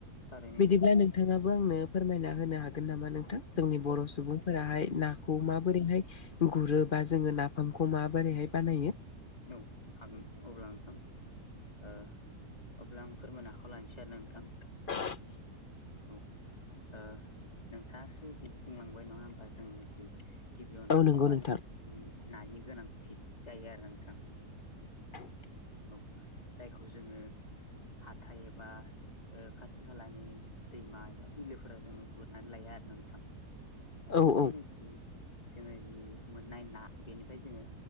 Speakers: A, on the left; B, on the left.
A: थारैनो
B: बिदिब्ला
A: नंगौ
B: नोंथाङाबो आंनो फोरमायना होनो हागोन नामा नोंथां जोंनि
A: नोंथां
B: बर'
A: औ
B: सुबुं फोराहाय नाखौ माबोरैहाय गुरो बा जोङो नाफामखौ माबोरैहाय बानायो
A: औ हागोन अब्ला नोंथां ओ अब्ला आं फोरमायनो आखायाव लानोसै एर नोंथां
B: <inaudible>
A: औ ओ नोंथासो जि बुंलांबाय नङा होमबा जों जि गिबियाव
B: औ
A: नाफाम
B: नंगौ
A: बानायनो
B: नोंथां
A: नानि गोनांथि जायो आरो नोंथां
B: <inaudible>
A: औ जायखौ जोङो हाथाय एबा ओ खाथि खालानि दैमा एबा बिलोफोराव जोङो गुरनानै लायो आरो नोंथां
B: औ
A: दिनि
B: औ
A: जोङो जि मोननाय ना बेनिफ्राय जोङो